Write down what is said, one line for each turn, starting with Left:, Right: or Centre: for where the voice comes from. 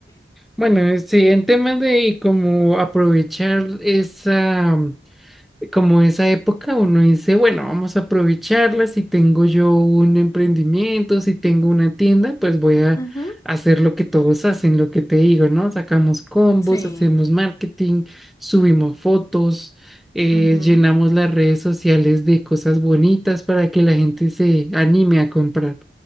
Centre: bueno, sí, en temas de cómo aprovechar esa como esa época uno dice, bueno, vamos a aprovecharla, si tengo yo un emprendimiento, si tengo una tienda, pues voy a
Left: Ujú,
Centre: hacer lo que todos hacen, lo que te digo, ¿no? Sacamos combos,
Left: Sí,
Centre: hacemos marketing, subimos fotos, eh,
Left: ujú,
Centre: llenamos las redes sociales de cosas bonitas para que la gente se anime a comprar.